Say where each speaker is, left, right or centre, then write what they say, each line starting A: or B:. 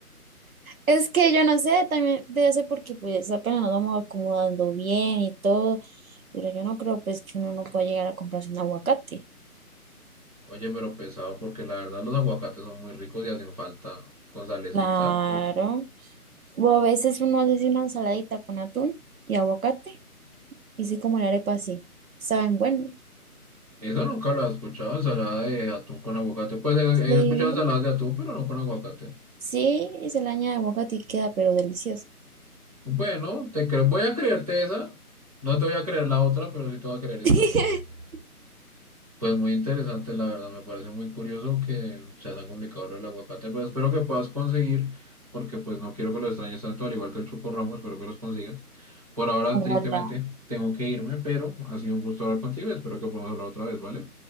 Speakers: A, on the right (about 65°); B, on the right (about 25°).
A: Es que yo no sé, también debe ser porque pues apenas nos vamos acomodando bien y todo, pero yo no creo pues que uno no pueda llegar a comprarse un aguacate.
B: Oye, pero pesado, porque la verdad los aguacates son muy ricos y hacen falta con salecita.
A: Claro.
B: Uf.
A: O a veces uno hace así una ensaladita con atún y aguacate, y sí como la arepa así. Saben buenos.
B: Eso nunca lo he escuchado, ensalada de atún con aguacate. Pues he, he
A: Sí.
B: escuchado ensaladas de atún, pero no con aguacate.
A: Sí, y se le añade aguacate y queda pero delicioso.
B: Bueno, te cre- voy a creerte esa. No te voy a creer la otra, pero sí te voy a creer esta.
A: <laughs>
B: Pues muy interesante, la verdad, me parece muy curioso que sea tan complicado lo del aguacate, pero espero que puedas conseguir, porque pues no quiero que lo extrañes tanto, al igual que el Choco Ramos, espero que los consigas. Por ahora,
A: Ojalá.
B: tristemente, tengo que irme, pero ha sido un gusto hablar contigo y espero que podamos hablar otra vez, ¿vale?